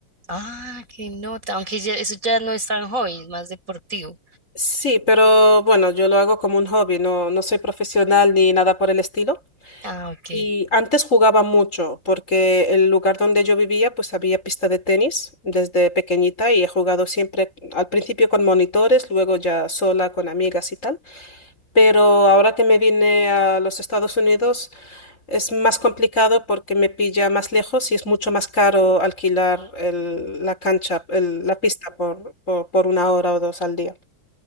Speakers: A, on the right; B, on the left.
A: Ah, qué nota, aunque ya, eso ya no es tan hobby, es más deportivo.
B: Sí, pero bueno, yo lo hago como un hobby, no, no soy profesional ni nada por el estilo.
A: Ah, ok.
B: Y antes jugaba mucho porque el lugar donde yo vivía pues había pista de tenis desde pequeñita y he jugado siempre al principio con monitores, luego ya sola con amigas y tal. Pero ahora que me vine a los Estados Unidos Es más complicado porque me pilla más lejos y es mucho más caro alquilar el- la cancha, el- la pista por, por, por una hora o dos al día.